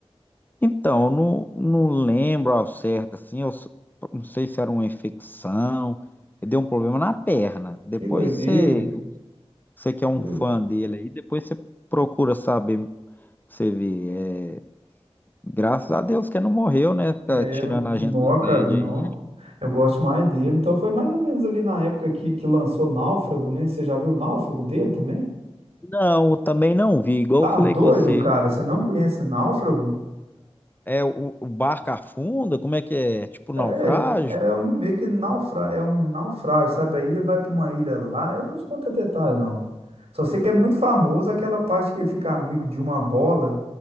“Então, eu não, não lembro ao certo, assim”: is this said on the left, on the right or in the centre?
Left